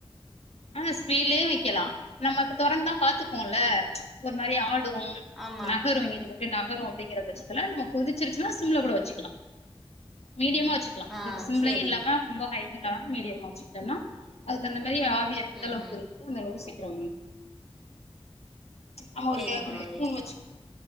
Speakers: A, on the left; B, in the centre.
A: ஆ ஸ்விலே வைக்கலா நம்ம இப்ப துறந்துந்தா பாத்துக்குவோம்ல ஒரு மாரி ஆடு
B: ஆமா
A: நகரு இங்கிட்டுக்கு நகரு அப்டிங்கிற பட்சத்துல நம்ம கொதிச்சிருச்சுனா சிம்ல கூட வச்சுக்கலா மீடியமா வச்சு
B: ஆ
A: சிம்லயும்
B: சேரி
A: இல்லாம ரொம்ப ஹை ல ம் இல்லாம மீடியமா வச்சுகிட்டோனா அதுக்குதகுந்த மாரி ஆவி எந்தளவுக்கு
B: ம் ம்
A: <unintelligible> அந்த <unintelligible> சிக்கிரோ ஆமா
B: சேரிங்க
A: <unintelligible>
B: சகோதரி
A: ஹேட்போன் வச்சு